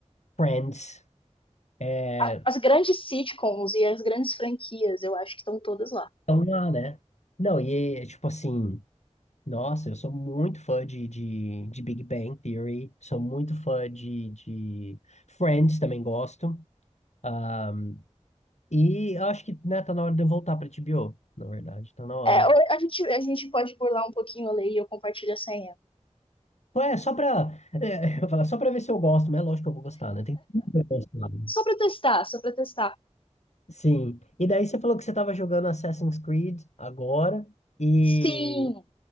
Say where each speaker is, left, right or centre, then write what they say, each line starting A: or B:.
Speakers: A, on the left (about 70°); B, on the left (about 45°).
A: Friends. É,
B: A- As grandes sitcoms e as grandes franquias, eu acho que estão todas lá.
A: estão lá, né? Não, e é, tipo assim. Nossa, eu sou muito fã de, de, de Big Bang Theory. Sou muito fã de, de Friends, também gosto. Ah, e eu acho que, né, tá na hora de eu voltar pra HBO. Na verdade, tá na hora.
B: É, ou a gente, a gente pode burlar um pouquinho a lei e eu compartilho a senha.
A: Pô, é, só pra. é, <laughs> eu ia falar, só pra ver se eu gosto, mas é lógico que eu vou gostar, né? Tem tudo pra eu gostar. né?
B: Só pra testar, só pra testar.
A: Sim. E daí você falou que você estava jogando Assassin's Creed agora. E
B: Sim,